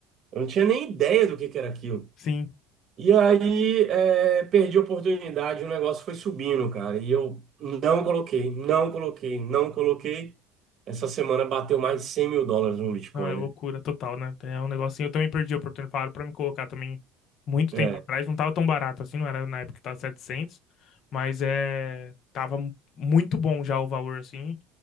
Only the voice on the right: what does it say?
Eu não tinha nem ideia do que que era aquilo.
E aí, é, perdi a oportunidade, o negócio foi subindo, cara. E eu não coloquei, não coloquei, não coloquei. Essa semana bateu mais de 100 mil dólares no Bitcoin,
né?
É,